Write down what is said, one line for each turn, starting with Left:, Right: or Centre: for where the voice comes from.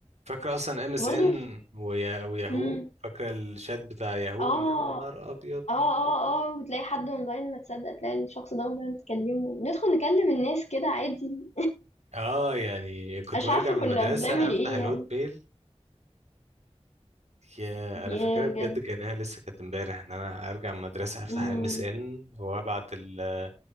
Right: فاكرة اصلا ام اس
Left: وبرضه
Right: ان
Left: ف
Right: وياهو
Left: إمم.
Right: فاكرة الشات بتاع ياهو
Left: آه،
Right: يا نهار ابيض
Left: آه، آه، آه، وتلاقي حد أونلاين ما تصدّق تلاقي الشخص ده أونلاين تكلّمه، ندخل نكلّم الناس كده عادي،
Right: اه يعني كنت
Left: أنا مش
Right: برجع
Left: عارفة
Right: من
Left: كُنّا
Right: المدرسة
Left: بنعمل
Right: افتح
Left: إيه
Right: الهوت
Left: يعني،
Right: ميل يا انا
Left: ياه
Right: فاكرها بجد
Left: بجد!
Right: كانها لسه كانت امبارح ان انا ارجع من المدرسة افتح
Left: إمم.
Right: ام اس ان وابعت ال-